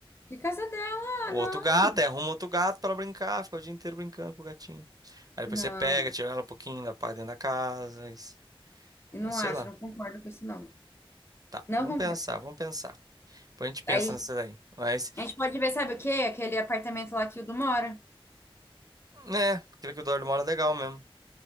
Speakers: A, on the left; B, on the right.
A: Que casa dela?
B: O
A: Não.
B: outro gato, aí arruma outro gato pra brincar, fica o dia inteiro brincando com o gatinho. Aí depois
A: Não,
B: você pega, tira ela um pouquinho, leva pra dentro da casa. isso-
A: eu não
B: É, sei
A: acho,
B: lá.
A: não concordo com isso, não.
B: Tá,
A: Não
B: vamos
A: concordo.
B: pensar, vamos pensar. Depois a gente pensa
A: Aí
B: nessa daí. Mas,
A: a gente pode ver, sabe o quê? Aquele apartamento lá que o Du mora,
B: né, aquilo que o Dorley mora é legal mesmo.